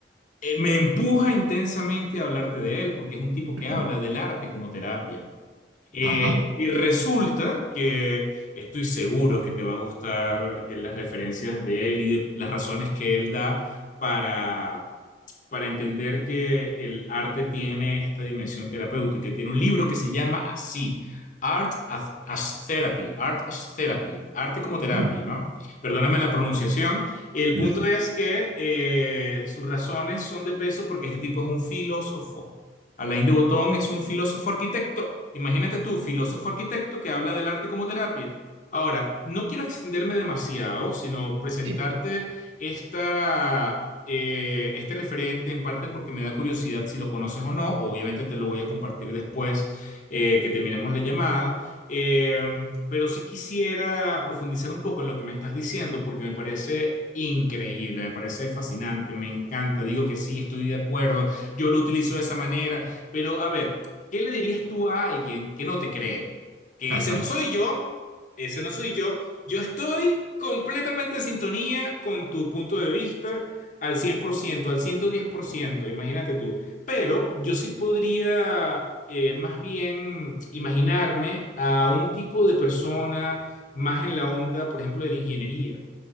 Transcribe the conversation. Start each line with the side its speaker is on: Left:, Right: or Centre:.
Left: eh, me empuja intensamente a hablarte de él, porque es un tipo que
Right: Ujú.
Left: habla del arte como terapia. Eh,
Right: Ajá.
Left: y resulta que estoy seguro que te va a gustar eh, las referencias de él y de las razones que él da para, para entender que el arte tiene esta dimensión terapéutica. Tiene un libro que se llama así, Art as, as Therapy, Art as Therapy, arte como terapia,
Right: Mm,
Left: ¿no? Perdóname la pronunciación. El
Right: mm,
Left: punto es que eh, sus razones son de peso porque este tipo es un filósofo. Alain de Botton es un filósofo arquitecto. Imagínate tú, filósofo arquitecto que habla del arte como terapia. Ahora, no quiero extenderme demasiado, sino presentarte
Right: sí.
Left: esta, eh, este referente, en parte porque me da curiosidad si lo conoces o no. Obviamente te lo voy a compartir después eh, que terminemos la llamada. Eh, pero sí quisiera profundizar un poco en lo que me estás diciendo porque me parece increíble, me parece fascinante, me encanta. Digo que sí, estoy de acuerdo. Yo lo utilizo de esa manera. Pero a ver, ¿qué le dirías tú a alguien que no te cree? Que
Right: Ajá.
Left: ese no soy yo. Ese no soy yo. Yo estoy completamente en sintonía con tu punto de vista al 100%, al 110%. imagínate tú. Pero yo sí podría eh, más bien imaginarme a un tipo de persona más en la onda, por ejemplo, de la ingeniería,